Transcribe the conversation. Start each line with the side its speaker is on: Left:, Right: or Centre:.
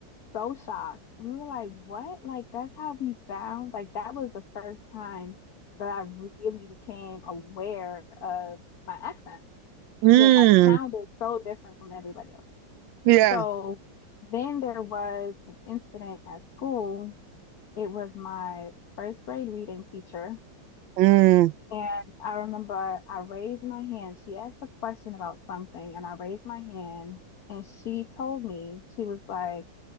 Left: so shocked. We were like, what? Like that's how we sound? Like that was the first time that I really became aware of my accent,
Right: Mm,
Left: that I sounded so different from everybody else.
Right: yeah.
Left: So then there was an incident at school. It was my first grade reading teacher.
Right: Mm,
Left: And I remember I raised my hand. She asked a question about something, and I raised my hand. And she told me, she was like,